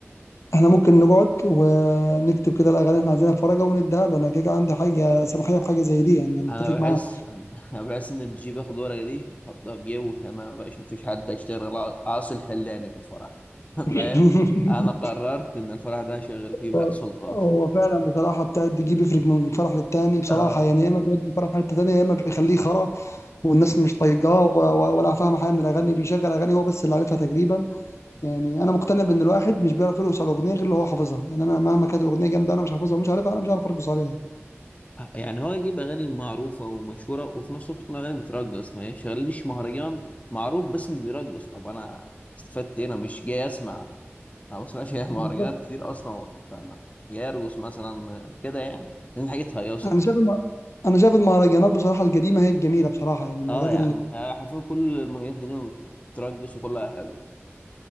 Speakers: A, on the left; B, on the left.
A: احنا ممكن نقعد ونكتب كده الاغاني اللي احنا عايزينها في ورقه ونديها له انا كده كده عندي حاجه سماحيه بحاجه زي دي يعني أنا متفق
B: انا بحس
A: معاه
B: <laughs> انا بحس ان الدي جي بياخد الورقه دي يحطها في جيبه تمام يا باشا مفيش حد هيشتغل غير عاصي الحلاني في الفرح <laughs>
A: <laughs>
B: فاهم انا قررت ان الفرح ده شغال فيه بهاء
A: هو
B: سلطان
A: هو فعلا بصراحه بتاع الدي بيفرق من فرح للتاني بصراحه
B: آه،
A: يعني يا اما بيودي الفرح في حته تانيه يا اما بيخليه خرا والناس مش طايقاه و- و- ولا فاهمه حاجه من الاغاني بيشغل اغاني هو بس اللي عارفها تقريبا يعني انا مقتنع بان الواحد مش بيعرف يرقص على الاغنيه غير اللي هو حافظها يعني انا مهما كانت الاغنيه جامده انا مش حافظها ومش عارفها انا مش عارف ارقص عليها
B: يعني هو يجيب اغاني معروفه ومشهوره وفي نفس الوقت تكون اغاني بترقص ما يشغلليش مهرجان معروف بس مش بيرقص طب انا استفدت ايه؟ انا مش جاي اسمع انا ما بسمعش <laughs> مهرجانات
A: بالظبط
B: كتير اصلا فانا جاي ارقص مثلا كده يعني لان حاجه تهيصني
A: انا شايف الم- انا شايف المهرجانات بصراحه القديمه هي الجميله بصراحه يعني المهرجانات
B: اه يا عم آه، حرفيا كل المهرجانات القديمه بترقص وكلها حلوه